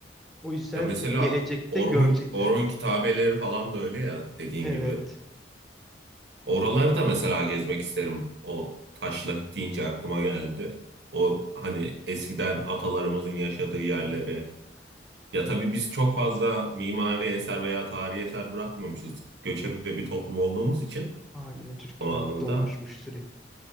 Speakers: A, in the centre; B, on the right.
A: O yüzden
B: Ya mesela
A: gelecekte
B: Orhun,
A: görecekler
B: Orhun
A: yani.
B: kitabeleri falan da öyle ya dediğin
A: Evet.
B: gibi. Oraları
A: Bir-
B: da mesela gezmek isterim. O taşla deyince aklıma geldi. O hani eskiden atalarımızın yaşadığı yerleri. Ya tabii biz çok fazla mimari eser veya tarihi eser bırakmamışız. Göçebe bir toplum olduğumuz için
A: Aynen Türkler
B: o anında.
A: dolaşmış sürekli.